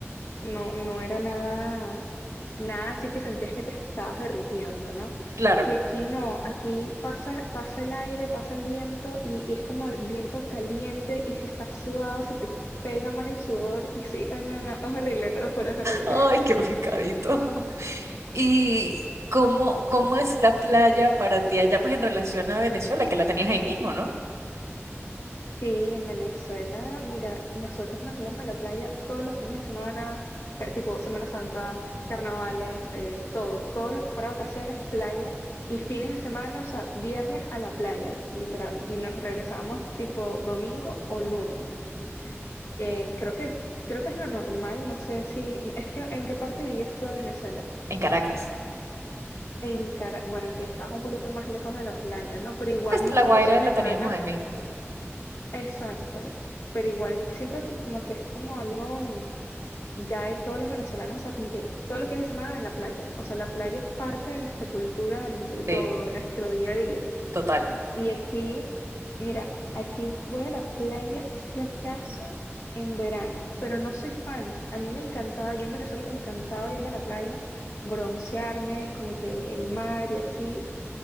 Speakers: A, on the left (about 70°); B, on the right (about 90°).
A: no, no era nada, nada así que sentías que te estabas derritiendo, ¿no?
B: claro.
A: Y aquí no, aquí pasa, pasa el aire, pasa el viento y, y es como el viento caliente y si estás sudado se te pega más el sudor y sí, ay no, no, es horrible, te lo juro, es horrible.
B: Ay, qué pecadito. ¿Y cómo, cómo es la playa para ti allá, pues en relación a Venezuela, que la tenías ahí mismo, ¿no?
A: Sí, en Venezuela, mira, nosotros nos íbamos a la playa todos los fines de semana, ca- tipo Semana Santa, carnavales, eh, todo, todo lo que fuera vacaciones, playa y fines de semana, o sea, viernes a la playa, literal, y nos regresábamos tipo domingo o lunes. Eh, creo que, creo que es lo normal, no sé si, no, es que en qué parte vivías tú de Venezuela.
B: En Caracas.
A: En Cara- bueno, que estabas un poquito más lejos de la playa, ¿no? Pero igual
B: Pues
A: muchas
B: La Guaira
A: personas
B: la
A: de
B: teníamos
A: Caracas
B: ahí mismo.
A: Exacto, pero igual siento que como que es como algo mm, ya de todos los venezolanos, o sea, como que todos los fines de semana en la playa, o sea, la playa es parte de nuestra cultura, de de todo,
B: Sí,
A: de nuestro día a día.
B: total.
A: Y aquí, mira, aquí voy a la playa si acaso en verano, pero no soy fan. A mí me encantaba, yo en Venezuela me encantaba irme a la playa, broncearme, como que el mar y así